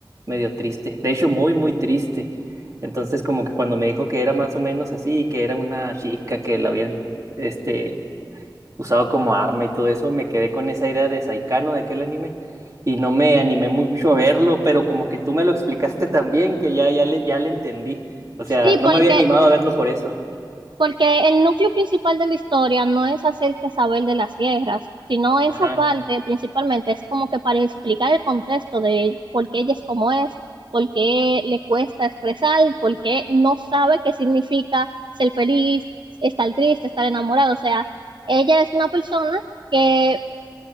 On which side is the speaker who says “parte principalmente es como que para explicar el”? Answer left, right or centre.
Right